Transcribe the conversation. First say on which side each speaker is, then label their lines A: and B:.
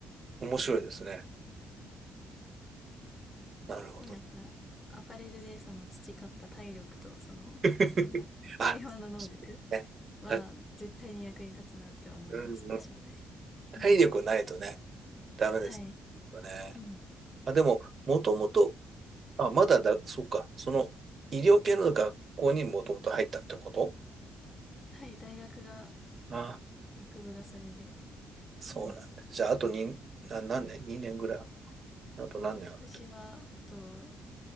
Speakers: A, on the right (about 45°); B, on the left (about 25°).
A: 面白いですね。なるほど。
B: でもやっぱ、アパレルでその培った体力と、その、
A: <laughs>
B: なんて言うんだろう。
A: あ、
B: 会話の能力
A: そうね。
B: は絶対に役に立つなっては思いますね、
A: だうんうん、
B: 将来。
A: 体力ないとね、
B: うん。
A: ダメです
B: はい。
A: よね。
B: うん。
A: あ、でも、もともと、あ、まだだ、そうか。その、医療系の学校にもともと入ったってこと
B: はい、大学が、
A: あ、
B: 学部がそれで。
A: そうなんだ。
B: うん。
A: じゃあ、あとに、な、何年 ?2 年ぐらいあるのか。あと何年あるってこ
B: 私は、あと